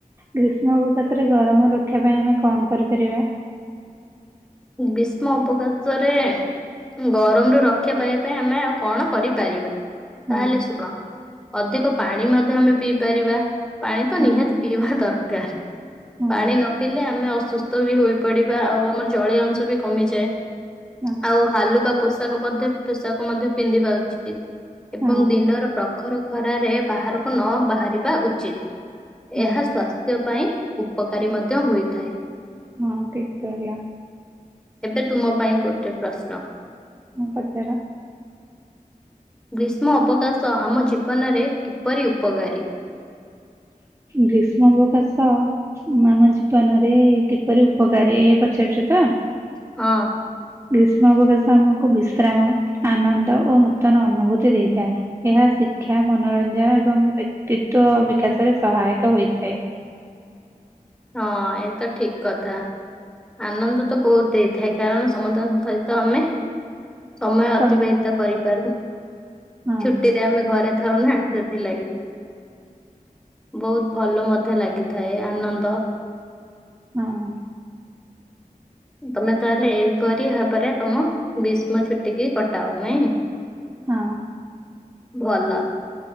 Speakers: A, on the right; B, in the centre.
A: ଗ୍ରୀଷ୍ମ ଅବକାଶରେ ଗରମ ରକ୍ଷା ପାଇବା ପାଇଁ ଆମେ କଣ କରିପାରିବା?
B: ଗୀସ୍ମ ଅବକାଶରେ ଗରମ ରୁ ରକ୍ଷା ପାଇବା ପାଇଁ ଆମେ ଆଉ କଣ କରିପାରିବା।
A: ହଁ
B: ତାହେଲେ ଶୁଣ ଅଧିକ ପାଣି ମଧ୍ୟ ଆମେ ପିଇପାରିବା। ପାଣି ତ
A: ହଁ
B: ନିହାତି ପିଇହିବା ଦରକାର
A: ହଁ
B: ପାଣି ନ ପିଇଲେ ଆମେ ଅସୁସ୍ ସ୍ତୁ ହି ବି ହୋଇପଡିବା ଆଉ ଆମର ଜଳୀୟ ଅଂଶ ବି କମିଯାଏ
A: ହଁ
B: ଆଉ ହାଲୁକା ପୋଷାକ ମଧ୍ୟ ପୋଷାକ ମଧ୍ୟ ପିନ୍ଧିବା ଉଚିତ। ଏବଂ
A: ହଁ
B: ଦିନର ପ୍ରଖର ଖରାରେ ବାହାରକୁ ନ ବାହାରିବା ଉଚିତ।
A: ହଁ
B: ଏହା ସ୍ଵାସ୍ଥ୍ୟ ପାଇଁ ଉପକାରୀ ମଧ୍ୟ ହୋଇଥାଏ।
A: ହଁ ଠିକ୍ କହିଲା।
B: ଏବେ ତୁମ ପାଇଁ ଗୋଟେ ପ୍ରଶ୍ନ।
A: ହଁ ପଚାର।
B: ଗ୍ରୀଷ୍ମ ଅବକାଶ ଆମ ଜୀବନରେ କିପରି ଉପକାରୀ?
A: ଗ୍ରୀଷ୍ମ ଅବକାଶ ମାମ ଜୀବନରେ କିପରି ଉପକାରୀ ଏଇଏ ପଚାରୁଛ ତ?
B: ହଁ।
A: ଗ୍ରୀଷ୍ମ ଅବକାଶ ଆମକୁ ବିଶ୍ରାମ ଆନନ୍ଦ ଓ ନୂତନ ଅନୁଭୂତି ଦେଇଥାଏ। ଏହା ଶିକ୍ଷା ମନୋରଞ୍ଜନ ଏବଂ ବ୍ୟକ୍ତିତ୍ଵ ବିକାଶରେ ସହାୟକ ହୋଇଥାଏ।
B: ହଁ ଏତ ଠିକ କଥା। ଆନନ୍ଦ ତ ବହୁତ ଦେଇଥାଏ କାରଣ ସମଦ ସହିତ ଆମେ ସମୟ ଅତିବାହିତ
A: ତମ
B: କରିପାରୁ
A: ହଁ
B: ଛୁଟିରେ ଆମେ ଘରେ ଥାଉ ନା ସେଥିଲାଗି। ବହୁତ ଭଲ ମଧ୍ୟ ଲାଗିଥାଏ ଆନନ୍ଦ
A: ହଁ।
B: ତମେ ତାହେଲେ ଏଇପରି ଭାବରେ ତମ ଗ୍ରୀଷ୍ମ ଛୁଟିକି କଟାଅ ନାଇଁ?
A: ହଁ।
B: ଭଲ